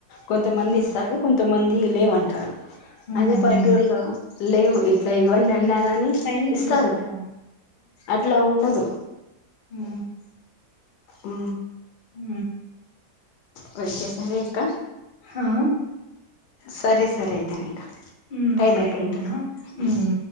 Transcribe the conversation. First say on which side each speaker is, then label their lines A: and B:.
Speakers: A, on the left (about 90°); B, on the left (about 50°).
A: కొంతమంది
B: ఉమ్
A: ఇస్తారు కొంతమంది లేవంటారు
B: ఉమ్
A: అదే పల్లెటూరులో
B: ఉమ్.
A: లేవు ఇట్లా ఇవ్వండి అంటే అన్నాగాని
B: టైమింగ్
A: ఇస్తారు
B: చూసుకోరా
A: అట్లా ఉండదు
B: ఊ
A: ఉ
B: ఉ
A: వచ్చేసారా ఇంక
B: హా
A: సరే సరే అయితే నింకా
B: హ్మ్.
A: టైమ్
B: సరే
A: అయిపోయింది
B: ఉంటున్నా.
A: ఇంక
B: హ్మ్.